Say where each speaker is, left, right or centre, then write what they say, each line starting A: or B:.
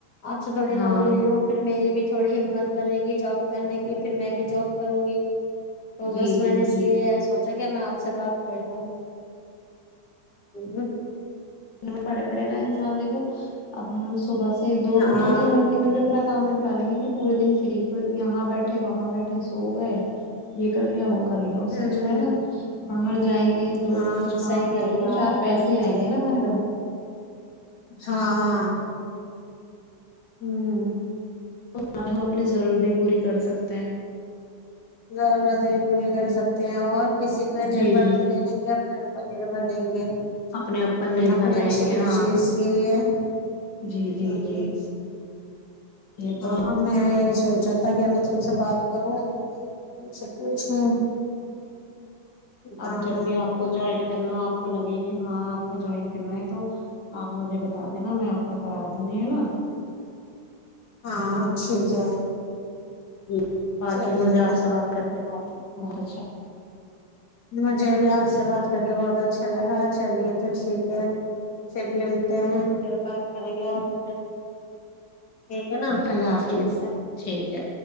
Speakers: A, on the left; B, on the left.
A: آپ سے تھوڑی
B: ہاں
A: نو ل پھر میری بھی تھوڑی ہمت بنے گی جاب کرنے کی پھر میں بھی جاب کروں گی تو
B: جی
A: بس میں
B: جی
A: نے اس
B: جی
A: لیے سوچا کہ میں آپ سے بات کر لوں ہوں ہ
B: پڑے پڑے نا انسان دیکھو اب ہم صبح سے دو
A: ہاں
B: دو تین گھنٹے میں بھی اپنا سامنے اٹا لیں گے پھر پورے دن فری پھر یہاں بیٹھے وہاں بیٹھے سو گئے یہ کر لیا وہ کر لیا اس
A: ہوں
B: سے اچھا ہے نا باہ جائیں گے دو
A: ہاں
B: کچھ کام
A: صحیح کہہ
B: کریں
A: رہی
B: گے تو
A: ہو
B: چار
A: آپ
B: پیسے
A: بالکل
B: ہی
A: صحیح
B: آئیں گے نا
A: کہہ
B: ہمارےاں
A: رہی ہاں ہوں
B: اب ہم اپنی ضرورت بھی پوری کر سکتے ہیں
A: ضرورتیں بھی پوری کر سکتے ہیں اور کسی پہ نربھر
B: جی جی
A: تو نہیں رہیں گے اپنا پنیر بھر دیں گے ہ
B: اپنے اوپر نربھر
A: اپنی اچھھی
B: رہیں گے
A: پری
B: ہاں
A: چیز کے لیے
B: جی جی
A: ہوں
B: جی یہ تو
A: ہاں
B: ہے
A: ہم سوچا تھا کہ میں تم سے بات کروں تم سے پوچھوں ہاں
B: اب جب بھی آپ کو جوائن کرنا آپ کو لگے کہ ہاں آپ کو جوائن کرنا ہے تو آپ مجھے بتا دینا میں آپ کا کرا دوں گی ہے نا
A: ہاں ٹھیک ہے
B: جی باقی
A: چلیے
B: مجھے آپ سے بات کر کے بہت ہی بہت اچھا
A: مجھے بھی آپ سے بات کر کے بہت اچھا لگا چلیے تو ٹھیک پھر ملتے ہیں پھر بات کریں گے آپ سے ٹھیک ہے نا
B: اللہ حافظ
A: ٹھیک ہے
B: ٹھیک ہے